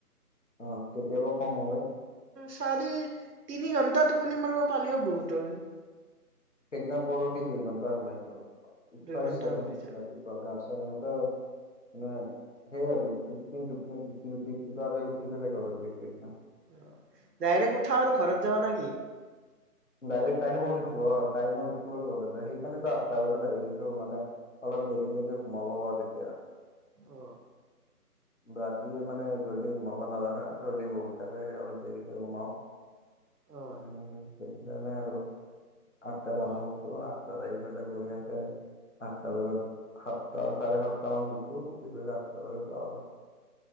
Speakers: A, on the left; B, on the right.
A: অ কেতিয়াবা কম হ'ব।
B: চাৰে তিনি ঘণ্টা টোপুনি মাৰিবা পালিও বহুত হয়।
A: সেইদিনা পৰহি দুই ঘণ্টা সোমাইছো উঠব
B: দুই ঘন্টা
A: ইচ্ছা যোৱা
B: ঘুমাইছা
A: নাছিল ৰাতিপুৱা গা তেনেকুৱা মানে সেইয় আৰু টোপনি টোপনি উঠি উঠি কিবাকে উঠি পেলাই ঘৰত গছ সিদিনাখন
B: আহ ডাইৰেক্ উঠা আৰু ঘৰত যাৱ নে কি
A: ডাইৰেক্ট টাইমো উঠিব টাইমো উঠিব আৰু ঘৰত সেইকাৰণেতো আঠটা বজাত আহি আছো মানে অলপ দেৰি <unintelligible> হোমাব পাৰো তেতিয়া
B: অ।
A: ৰাতিয়ে মানে জল্দি ঘোমাব নোৱাৰা না চল্দি বহুত থাকে অলপ দেৰিকে ঘোমাও।
B: অ',
A: উম সেইটো কাৰণে আৰু আঠটা দান
B: অ'।
A: কৰছো আঠ তাত আহি পেলাই ঘূৰি আছে। আঠটা বজাত সাতটা চাৰে সাতটা মান উঠু উঠি পেলাই আঠটা বজাত যাওঁ আৰু।